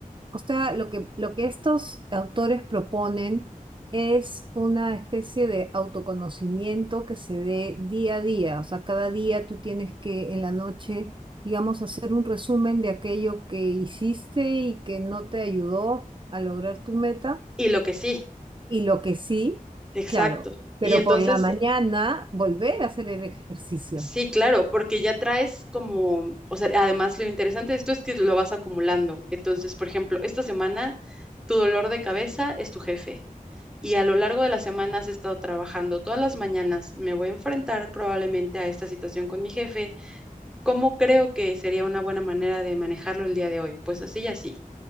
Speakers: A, on the right; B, in the centre.
A: O sea, lo que, lo que estos autores proponen es una especie de autoconocimiento que se dé día a día. O sea, cada día tú tienes que en la noche, digamos, hacer un resumen de aquello que hiciste y que no te ayudó a lograr tu meta.
B: Y lo que sí,
A: Y lo que sí,
B: exacto.
A: claro, pero
B: Y entonces
A: por la mañana volver a hacer el ejercicio.
B: Sí, claro, porque ya traes como, o sea, además lo interesante de esto es que lo vas acumulando. Entonces, por ejemplo, esta semana tu dolor de cabeza es tu jefe y a lo largo de la semana has estado trabajando todas las mañanas. Me voy a enfrentar probablemente a esta situación con mi jefe. ¿Cómo creo que sería una buena manera de manejarlo el día de hoy? Pues así y así.